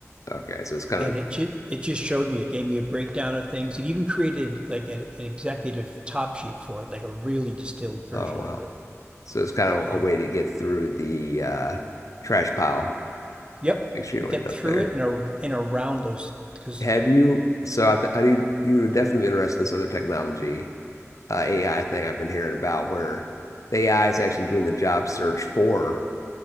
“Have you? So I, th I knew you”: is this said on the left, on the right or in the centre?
Left